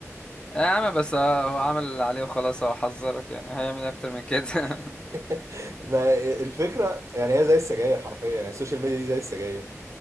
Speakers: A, on the left; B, on the right.
A: يا عم بس آه هو عمل اللي عليه وخلاص هو حذرك يعني هيعمل إيه اكتر من كده
B: <laughs>
A: <laughs>
B: ما الفكره يعني هي زي السجاير حرفيا يعني السوشيال ميديا دي زي السجاير